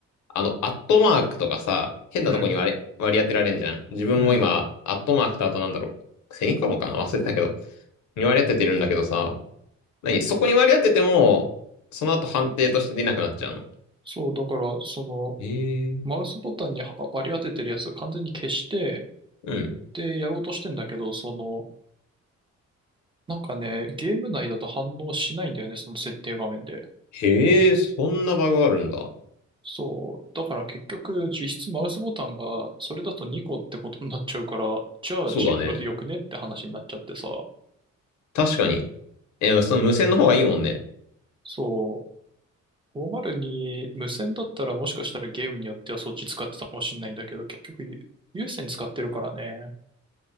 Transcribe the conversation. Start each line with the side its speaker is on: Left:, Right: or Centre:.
Left: あの、アットマークとかさ、変なとこに割り、
Right: うん、
Left: 割り当てられんじゃん。自分も今、
Right: うん。
Left: アットマークとあとなんだろう。セミコロンかな忘れたけど。に割り当ててるんだけどさ、何そこに割り当てても、その後判定として出なくなっちゃうの。
Right: そう、だから、その、
Left: へえ
Right: マウスボタンには割り当ててるやつを完全に消して、
Left: うん。
Right: で、やろうとしてんだけど、その、なんかね、ゲーム内だと反応しないんだよね、その設定画面で。
Left: へえ、そんなバグあるんだ。
Right: そう。だから結局、実質マウスボタンが、それだと2個ってことになっちゃうから、じゃあジプロでよくねって話になっちゃってさ。
Left: そうだね。確かに。え、その無線の方がいいもんね。
Right: そう。502無線だったらもしかしたらゲームによってはそっち使ってたかもしんないんだけど、結局ゆ有線使ってるからね。